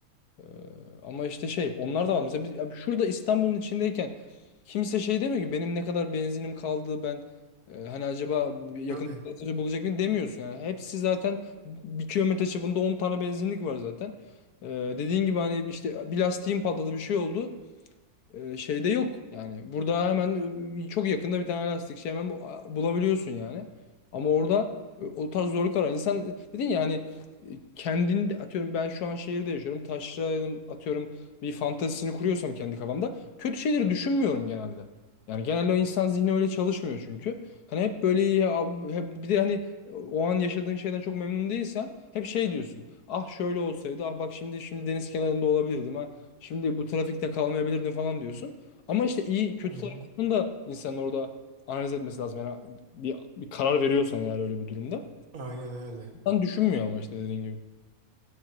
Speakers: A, on the left; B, on the right.
A: Ee, ama işte şey onlar da var. Mesela biz, abi şurada İstanbul'un içindeyken kimse şey demiyor ki benim ne kadar benzinim kaldı ben e, hani acaba bir yakın
B: Tabii.
A: gazeteci bulacak mıyım demiyorsun yani. Hepsi zaten bir kilometre çapında 10 tane benzinlik var zaten. Ee, dediğin gibi hani işte bir lastiğim patladı bir şey oldu e, şeyde yok. Yani burada hemen e, çok yakında bir tane lastikçi hemen bu- a- bulabiliyorsun yani. Ama orada e, o tarz zorluk arar. İnsan dedin ya hani e, kendinde atıyorum ben şu an şehirde yaşıyorum. Taşra'nın atıyorum bir fantezisini kuruyorsam kendi kafamda kötü şeyleri düşünmüyorum genelde. Yani genelde o insan zihni öyle çalışmıyor çünkü. Hani hep böyle iyi abi, hep bir de hani o an yaşadığın şeyden çok memnun değilsen hep şey diyorsun. Ah şöyle olsaydı. Ah bak şimdi şimdi deniz kenarında olabilirdim. Şimdi bu trafikte kalmayabilirdin falan diyorsun. Ama işte iyi kötü
B: Hı hı.
A: tarafını da insanın orada analiz etmesi lazım. Yani bir, bir karar veriyorsan eğer öyle bir durumda.
B: Aynen öyle.
A: İnsan düşünmüyor ama işte dediğin gibi.